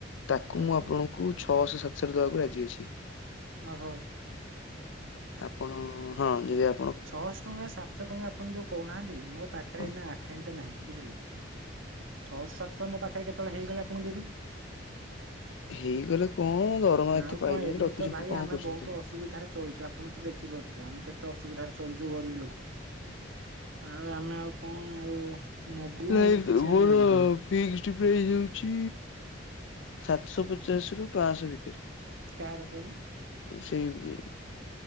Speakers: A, on the left (about 70°); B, on the right (about 85°).
A: ତାକୁ
B: ଓହୋ
A: ମୁଁ ଆପଣଙ୍କୁ ଛଅଶ ସାତଶରେ ଦବାକୁ ରାଜି ଅଛି।
B: ଆ ହୋଉ।
A: ଆପଣ ହଁ ଯଦି ଆପ୍
B: ଛଅଶ ଟଙ୍କା ସାତଶ ଟଙ୍କା ଆପଣ ଯୋଉ କୋହୁନାହାନ୍ତି। ମୋ ପାଖରେ
A: ହଁ
B: ଏଇନା ଆଠେଣି ନାହିଁ ବୁଝିଲେ ଛଅଶ ସାତଶ ମୋ ପାଖରେ କେତେବେଳେ ହେଇଗଲେ ଆପଣଙ୍କୁ ଦେଇଦେବି।
A: ହେଇଗଲା କଣ ଦରମା
B: ନା
A: ଏତେ
B: ଆଉ
A: ପାଇଲେଣି
B: କଣ ଏମିତି
A: ରଖିଛନ୍ତି
B: ଭାଇ
A: କଣ
B: ଆମେ
A: କରୁଛନ୍ତି
B: ବୋହୁତ
A: ତାକୁ।
B: ଅସୁବିଧାରେ ଚଳୁଚୁ। ଆପଣ ତ ଦେଖିପାରୁଥିବେ ଆମେ କେତେ ଅସୁବିଧାରେଛୁ ଚଳୁଚୁ ଗରିବ ଲୋକ। ଆଉ ଆମେ ଆଉ କଣ ଆଉ ନବୁ
A: ନାଇଁ
B: କିଛି
A: ମୋର
B: ଆମେ ଜାଣିପାରୁନୁ।
A: ଫିକ୍ସ ଟିପି ହେଇଯାଉଚି ସାତଶ ପଚାଶ ରୁ ପାଂଶ ଭିତରେ।
B: କାହାର କହିଲ?
A: ସେଇ ଉଁ